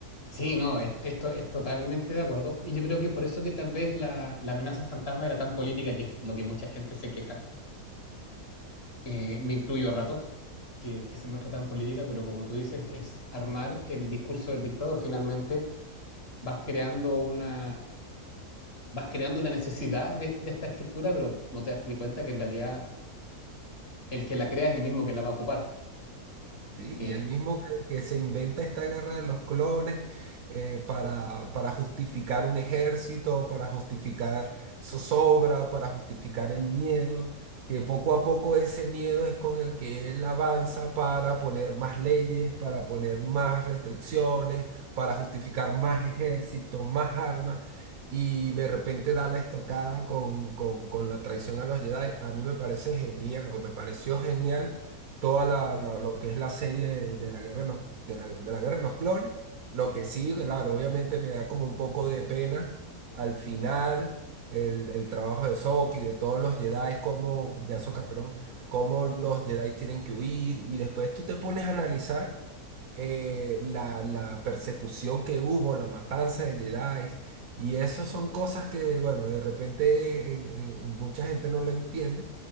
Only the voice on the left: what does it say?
Sí, no, es- esto es totalmente de acuerdo. Y yo creo que por eso que tal vez la, la amenaza fantasma era tan política, que es lo que mucha gente se queja. eh, me incluyo a ratos, que, que se muestra tan política, pero como tú dices, es armar el discurso del dictador. Finalmente vas creando una, vas creando una necesidad de, de esta estructura, pero no te das ni cuenta que en realidad el que la crea es el mismo que la va a ocupar.
Eh,